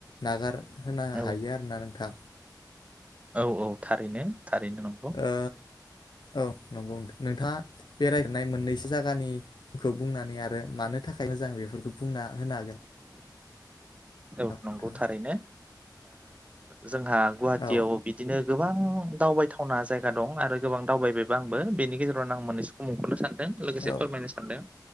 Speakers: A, on the left; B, on the right.
A: नागार होनो
B: औ
A: हायो आरोना नोंथां
B: औ औ थारैनो थारैनो नंगौ।
A: ओ औ नंगौ। नोंथाङा बेरायजेरनाय मोन्नैसो जा बागानिखौ बुंनानै आरो मानो थाखाय मोजां बेफोरखौ बुंना होनो हागोन।
B: औ
A: नामा
B: नंगौ
A: नोंथाङा
B: थारैनो। जोंहा गुहाटियाव
A: औ
B: बिदिनो गोबां दावबायथावना जायगा दं आरो गोबां दावबायबो आंबो बेनि गेजेरावनो आं मोन्नैसोखौ मुंख'नो सान लोगोसे
A: औ
B: फोरमायनो सान्दों।